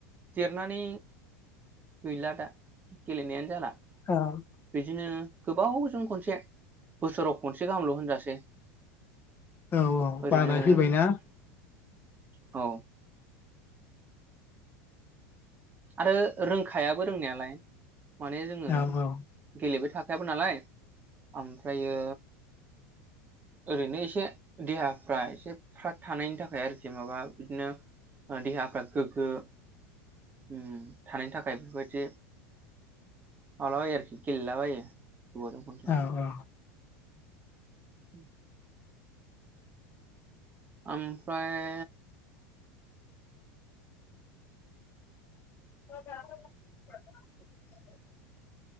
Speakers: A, on the right; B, on the left.
A: देरनानै गैला दा गेलेनायानो जाला
B: औ
A: बिदिनो गोबावजों खनसे बोसोराव खनसे गाहामल' होनजासै
B: औ औ
A: ओरैनो
B: बानाय फैबायना
A: औ आरो रोंखायाबो रोंनायालाय माने जोङो
B: औ औ
A: गेलेबाय थाख खायाबो नालाय ओमफ्रायो ओरैनो एसे देहाफ्रा एसे फ्राद थानायनि थाखाय आरोखि माबा बिदिनो देहाफ्रा गोग्गो ओम थानायनि थाखाय बेफोरबायदि मालाबायो आरोखि गेलेलाबायो गोबावजों खनसे
B: औ औ
A: <unintelligible> ओमफ्राय
B: <unintelligible>